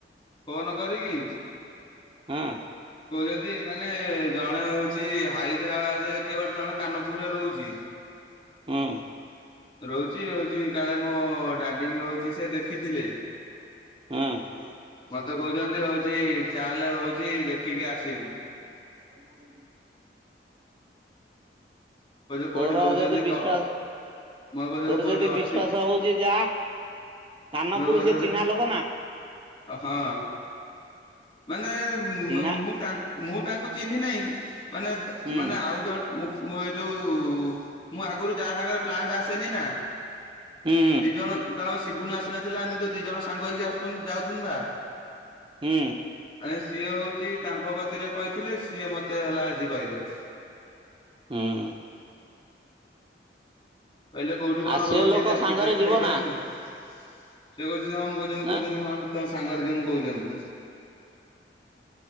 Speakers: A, on the left; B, on the right.
A: ଫୋନ କରିକି
B: ହଁ
A: କହୁଛନ୍ତି ମାନେ ଜଣେ ହଉଛି ହାଇଦ୍ରାବାଦ ରେ କିଏ ଗଟେ ଜଣେ କାନପୁରରେ ରହୁଛି।
B: ହୁଁ।
A: ରହୁଛି ହଉଛି କାଳେ ମୋ ଡାଡିଙ୍କ ହଉଛି ସେ ଦେଖିଥିଲେ
B: ହୁଁ
A: ମତେ କହୁଛନ୍ତି ହଉଛି ଚାଲେ ହଉଛି ଦେଖିକି ଆସିବୁ।
B: ଓୁ
A: କହୁଛ କୋଉଠି
B: ତୋର
A: ରହୁଛନ୍ତି
B: ଯଦି ବିଶ୍ଵାସ
A: କ ମତେ କହୁଛନ୍ତି
B: ତୋର
A: କୋଉଠି
B: ଯଦି
A: ଅଛି।
B: ବିଶ୍ଵାସ ହଉଛି ଯା କାନପୁର
A: କହୁଛନ୍ତି
B: ସେ ଚିହ୍ନା ଲୋକ ନା
A: ହଁ। ମାନେ ମୁଁ
B: ଚିହ୍ନା
A: ତାଙ୍କ ମୁଁ ତାଙ୍କୁ ଚିହ୍ନି ନାହିଁ ମାନେ
B: ହୁଁ।
A: ମାନେ ଆଉ ମୁ ଜଣ ଏ ଯୋଉ ମୁଁ ଆଗରୁ ଯାହା ସାଙ୍ଗରେ ପ୍ଲାଣ୍ଟ ଆସେନି ନା
B: ହୁଁ
A: ଦି ଜଣ ଜଣ ଶିବୁନୁ ଆସି ନଥିଲା ଆମେ ଯୋଉ ଦି ଜଣ ସାଙ୍ଗ ହେଇକି ଆସୁ ଯାଉଛନ୍ତିତା।
B: ହୁଁ
A: ଆ ସିଏ ହଉଛି ତାଙ୍କ ଗତିରେ କହିଥିଲେ ସିଏ ମତେ ହେଲା ଆଜି କହିଲେ।
B: ହଁ
A: କହିଲେ କୋଉଠି କଣ
B: ଆଉ ସେ
A: ରହୁଛି
B: ଲୋକ
A: ଦେ
B: ସାଙ୍ଗରେ
A: ଦେଖେଇଦମୁୁ।
B: ଯିବ ନା
A: ସେ କହୁଛନ୍ତି ହଁ ମୁଁ କହୁଛନ୍ତି
B: ଏଁ
A: କହୁଛନ୍ତି ହଁ ତମ ସାଙ୍ଗରେ ଯିମୁ କହୁଛନ୍ତି।